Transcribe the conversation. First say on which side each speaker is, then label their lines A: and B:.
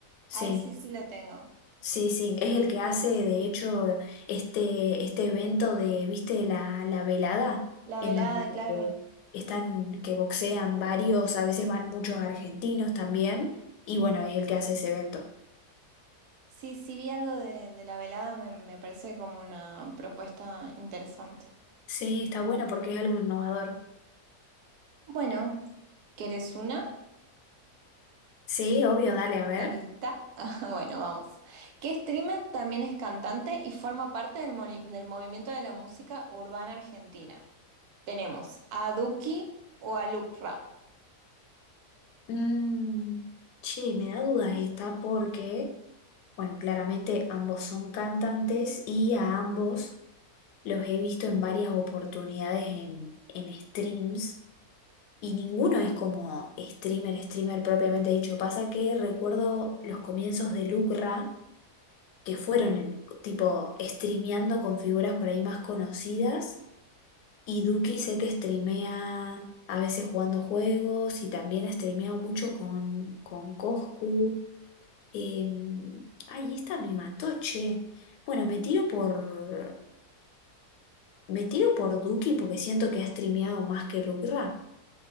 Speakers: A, on the left (about 85°); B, on the right (about 75°).
A: Sí.
B: a él sí, sí lo tengo.
A: Sí, sí, es el que hace, de hecho, este, este evento de, ¿viste? La, la velada,
B: La
A: en
B: velada,
A: donde
B: claro.
A: eh, están, que boxean varios, a veces van muchos argentinos también, y bueno, es el que hace ese evento.
B: Sí, sí vi algo de, de la velada, me, me parece como una propuesta interesante.
A: Sí, está bueno porque es algo innovador.
B: Bueno, ¿querés una?
A: Sí, obvio, dale, a ver.
B: ¿Estás lista? <laughs> Ah, Bueno, vamos. Que streamer también es cantante y forma parte del, moni- del movimiento de la música urbana argentina. Tenemos a Duki o a Lucra.
A: Mm, che, me da dudas esta porque, bueno, claramente ambos son cantantes y a ambos los he visto en varias oportunidades en, en streams. Y ninguno es como streamer, streamer propiamente dicho. Pasa que recuerdo los comienzos de Lucra, que fueron en- tipo streameando con figuras por ahí más conocidas. Y Duki sé que streamea a veces jugando juegos y también ha streameado mucho con, con Coscu. Eh, ay, esta me mató, che. Bueno, me tiro por, me tiro por Duki porque siento que ha streameado más que Lucra.